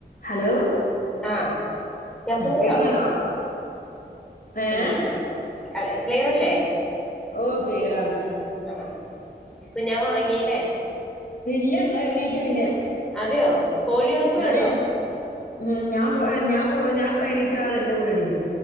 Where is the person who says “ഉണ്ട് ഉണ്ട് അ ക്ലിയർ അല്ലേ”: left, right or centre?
Centre